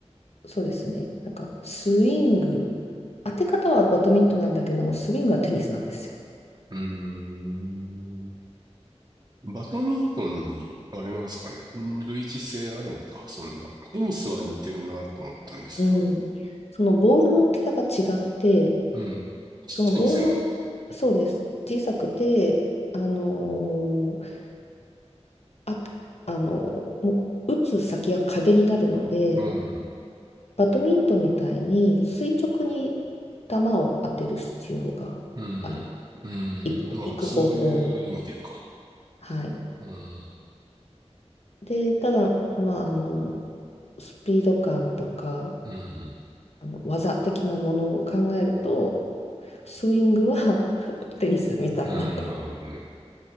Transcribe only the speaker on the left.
そうですね、なんかスイング、当て方はバドミントンなんだけれども、スイングはテニスなんですよ。
うん。そのボールの大きさが違って、
そのボールを、そうです。小さくて、あのーあ、あのーもう打つ先が壁になるので、
バドミントンみたいに垂直に球を当てる必要がある。
行く、
行く方向に。
はい。
で、ただ、まあ、あのスピード感とか、
あの技的なものを考えると、スイングは <laughs> テニスみたいな。